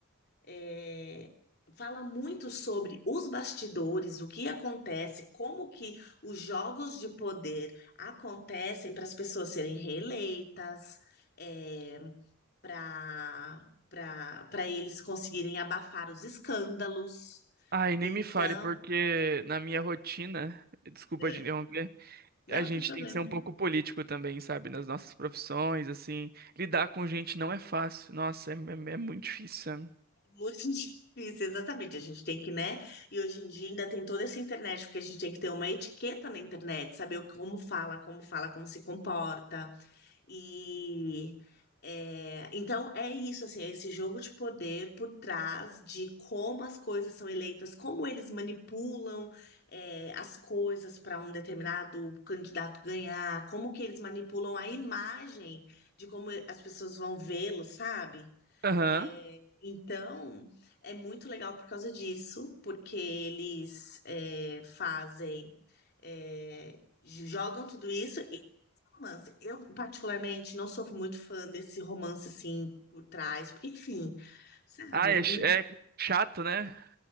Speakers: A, on the left; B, on the right.
A: eh, fala muito sobre os bastidores, o que acontece, como que os jogos de poder acontecem para as pessoas serem reeleitas. é, para para para eles conseguirem abafar os escândalos.
B: Ai, nem
A: Então,
B: me fale, porque na minha rotina, desculpa
A: é,
B: de interromper,
A: não
B: a gente
A: tem problema.
B: tem que ser um pouco político também, sabe? Nas nossas profissões, assim. Lidar com gente não é fácil. Nossa, é, é- é muito difícil, sabe?
A: Muito <laughs> difícil, exatamente. A gente tem que, né? E hoje em dia ainda tem toda essa internet, porque a gente tem que ter uma etiqueta na internet, saber o- como fala, como fala, como se comporta. E é, então é isso, assim, é esse jogo de poder por trás de como as coisas são eleitas, como eles manipulam é, as coisas para um determinado candidato ganhar, como que eles manipulam a imagem de como as pessoas vão vê-lo, sabe?
B: Aham.
A: É, então é muito legal por causa disso, porque eles é, fazem. é, jogam tudo isso romance. Eu, particularmente, não sou muito fã desse romance assim por trás, porque, enfim, sabe?
B: Ah, é, ch- é chato, né?